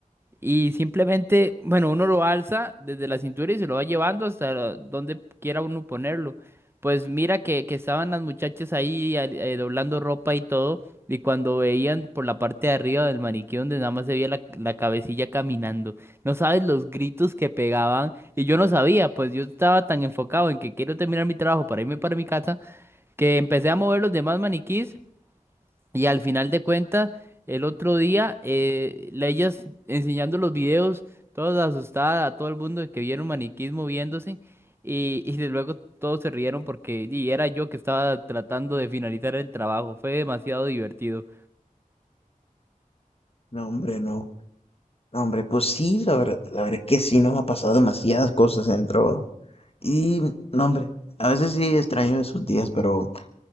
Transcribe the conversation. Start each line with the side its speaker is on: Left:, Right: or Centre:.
Right: Y simplemente, bueno, uno lo alza desde la cintura y se lo va llevando hasta donde quiera uno ponerlo. Pues mira que, que estaban las muchachas ahí al- eh, doblando ropa y todo, y cuando veían por la parte de arriba del maniquí donde nada más se veía la, la cabecilla caminando, no sabes los gritos que pegaban, y yo no sabía, pues yo estaba tan enfocado en que quiero terminar mi trabajo para irme para mi casa, que empecé a mover los demás maniquís y al final de cuentas, el otro día, eh, la- ellas enseñando los videos, todas asustadas, a todo el mundo de que vieron maniquís moviéndose, y, y de luego todos se rieron porque y era yo que estaba tratando de finalizar el trabajo. Fue demasiado divertido.
Left: No, hombre, no. No, hombre, pues sí, la verdad, la verdad es que sí nos ha pasado demasiadas cosas en el trabajo. Y, no, hombre, a veces sí extraño esos días, pero